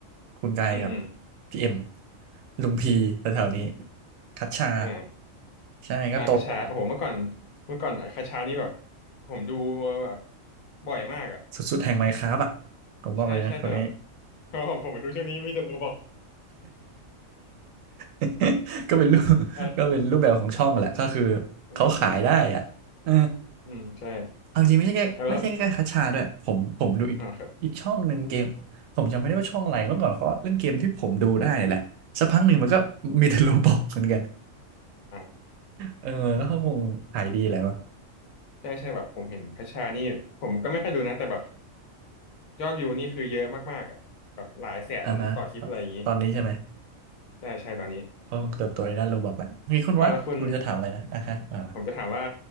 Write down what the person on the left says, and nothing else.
อืมอืม
อ่า
อ่าคาชาโอ้โหเมื่อก่อนเมื่อก่อนคาชานี่แบบผมดูแบบบ่อยมากอ่ะ
ใช่ใช่แต่แบบ <laughs> โอ้โหผมผมดูช่วงนี้มีแต่ตัวบอก
อ่า
อืมอืม
อืมใช่
อ่ะแล้วอ่าครับ
อ่า
ใช่ใช่แบบผมเห็นคาชานี่ผมก็ไม่ค่อยดูนะแต่แบบยอดวิวนี่คือเยอะมากๆอ่ะแบบหลายแสนต่อคลิปอะไรอย่างงี้
ใช่ใช่ตอนนี้
อ่ะแล้วคุณ ผมจะถามว่า